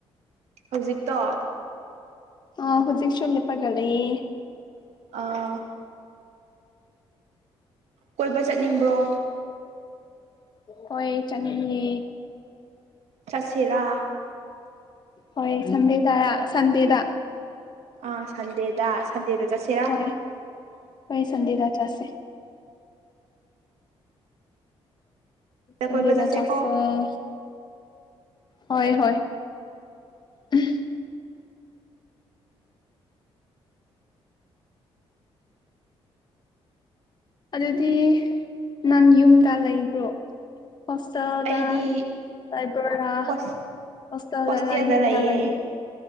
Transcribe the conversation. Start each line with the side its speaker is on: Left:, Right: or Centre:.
Right: ꯍꯧꯖꯤꯛꯇꯣ
Left: ꯑ ꯍꯧꯖꯤꯛꯁꯨ ꯂꯦꯄꯒ ꯂꯩꯌꯦ
Right: ꯑꯥ ꯀꯣꯏꯕ ꯆꯠꯅꯤꯡꯕ꯭ꯔꯣ
Left: ꯍꯣꯏ ꯆꯅꯤꯡꯉꯦ
Right: ꯆꯁꯤꯔꯥ
Left: ꯍꯣꯏ ꯁꯕꯦꯗꯔꯥ ꯁꯟꯗꯦꯗ
Right: ꯑꯥ ꯁꯟꯗꯦꯗ ꯁꯟꯗꯦꯗ ꯆꯠꯁꯤꯔꯥ
Left: ꯍꯣꯏ ꯍꯣꯏ ꯁꯟꯗꯤꯗ ꯆꯁꯦ ꯁꯟꯗꯤꯗ
Right: ꯀꯣꯏꯕ ꯆꯠꯁꯦꯀꯣ
Left: ꯆꯥꯁꯜ ꯍꯣꯏ ꯍꯣꯏ ꯎꯝ ꯑꯗꯨꯗꯤ ꯅꯪ ꯌꯨꯝꯗ ꯂꯩꯕ꯭ꯔꯣ ꯍꯣꯁꯇꯦꯜꯗ
Right: ꯑꯩꯗꯤ
Left: ꯂꯩꯕꯣꯔ
Right: ꯍꯣꯁ
Left: ꯍꯣꯁꯇꯦꯜꯗꯔ
Right: ꯍꯣꯁꯇꯦꯜꯗ
Left: ꯌꯨꯝꯗꯥ
Right: ꯂꯩꯌꯦ
Left: ꯂꯩꯕ꯭ꯔꯣ